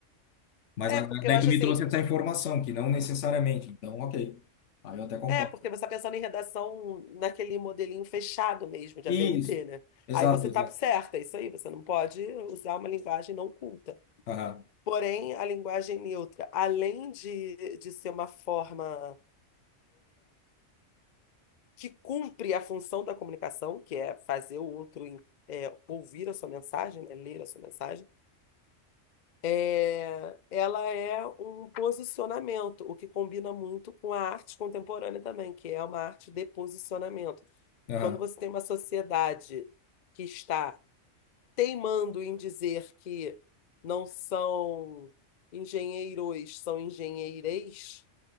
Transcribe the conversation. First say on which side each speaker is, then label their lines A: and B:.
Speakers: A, on the left; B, on the left.
A: Mas
B: É,
A: a-
B: porque
A: daí
B: eu acho
A: tu me
B: assim,
A: trouxe essa informação, que não necessariamente. Então, ok. Aí eu até concordo.
B: é, porque você está pensando em redação naquele modelinho fechado mesmo de
A: Isso.
B: ABNT, né?
A: Exato,
B: Aí você
A: exato.
B: tá certa, é isso aí, você não pode usar uma linguagem não culta.
A: Aham,
B: Porém, a linguagem neutra, além de, de ser uma forma que cumpre a função da comunicação, que é fazer o outro é, ouvir a sua mensagem, né, ler a sua mensagem, é, ela é um posicionamento, o que combina muito com a arte contemporânea também, que é uma arte de posicionamento.
A: aham,
B: Quando você tem uma sociedade que está teimando em dizer que não são engenheiros, são engenheireis